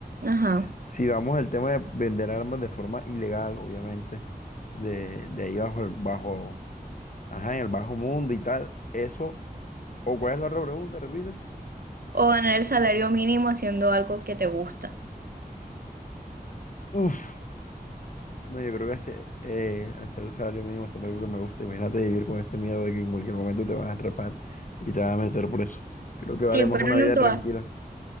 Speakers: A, on the right (about 65°); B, on the left (about 55°).
A: Ajá.
B: Si si vamos al tema de vender armas de forma ilegal, obviamente, de, de ahí bajo el bajo, ajá, en el bajo mundo y tal, eso, o cuál es la otra pregunta, repite.
A: O ganar el salario mínimo haciendo algo que te gusta.
B: Uf, no, yo creo que hacer, eh, hacer el salario mínimo es algo que me gusta. Imagínate vivir con ese miedo de que en cualquier momento te vas a atrapar y te vas a meter preso. Creo que
A: Sí,
B: vale más
A: pero
B: una
A: no
B: vida
A: en todas
B: tranquila.